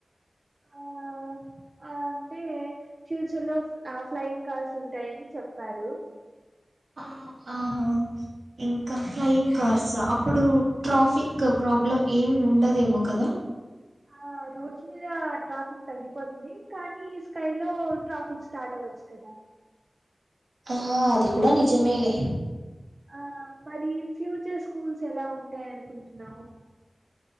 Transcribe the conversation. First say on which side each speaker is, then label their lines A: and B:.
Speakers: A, on the right; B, on the right.
A: ఆ ఆ అంటే ఫ్యూచర్ లో ఆ ఫ్లయింగ్ కార్స్ ఉంటాయని చెప్పారు
B: ఆ, ఆహా ఇంక ఫ్లయింగ్ కార్స్ అప్పుడు ట్రాఫిక్ ప్రాబ్లం ఏ ఉండదు ఏమో కదా
A: ఆ రోడ్స్ మీద ట్రాఫిక్ తగ్గిపోతుంది కానీ స్కై లో ట్రాఫిక్ స్టార్ట్ <unintelligible> కదా
B: ఆ అది కూడ నిజమేలే
A: ఆ మరి ఫ్యూచర్ స్కూల్స్ ఎల ఉంటాయ్ అనుకుంటున్నావు